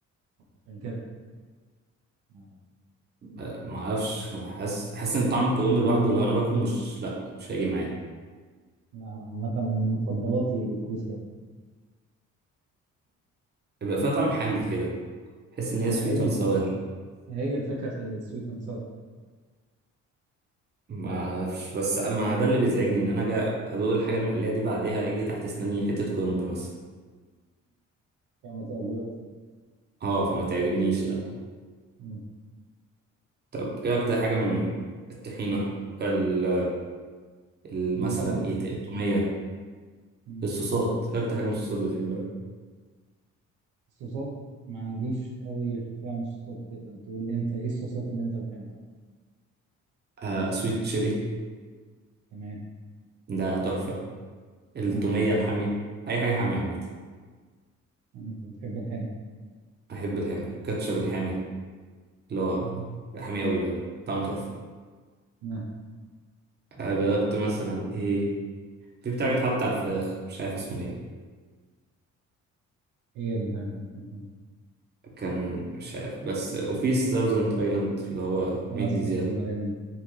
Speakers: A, on the right (about 80°); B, on the right (about 35°).
A: عشان كده آه،
B: آه، ما أعرفش حاسس حاسس إن طعم الكرنب لوحده لو أنا باكله مش لأ مش هيجي معايا
A: لا أنا عامة من مفضلاتي الكولسلو
B: بيبقى فيها طعم محلي كده حس إن هي
A: ما
B: سويت
A: هي
B: أند
A: الفكرة
B: ساور
A: هي الفكرة في السويت أند ساور
B: ما اعرفش بس اما ده اللي بيزعجني ان انا اجي ادوق الحاجه المحليه دي بعديها يجي تحت اسناني حته كرنب مثلا
A: كما تعجبك
B: اه فما تعجبنيش لا
A: مم.
B: طب ايه اكتر حاجه من الطحينه ال- ال-
A: مخلل
B: مثلا ايه ت- التوميه
A: مم.
B: الصوصات ايه اكتر حاجه من الصوصات بتحبها
A: الصوصات ما عنديش قوي خلفية عن الصوصات تقدر تقول لي انت ايه الصوصات اللي انت بتحبها
B: آه سويت تشيلي
A: تمام
B: ده تحفه التوميه
A: اه
B: الحاميه اي حاجه حاميه عامه
A: انت بتحب الحامي
B: احب الحامي كاتشب الحامي اللي هو حامي قوي ده طعمه تحفه
A: اه
B: آه، جربت مثلا ايه في بتاع بيتحط على الفراخ مش عارف اسمه ايه
A: ايه اللي بتحبه
B: كان مش عارف بس وفي ساوزنت ايلاند اللي هو
A: اه
B: 100
A: الصوصات
B: جزيرة
A: ده ايضا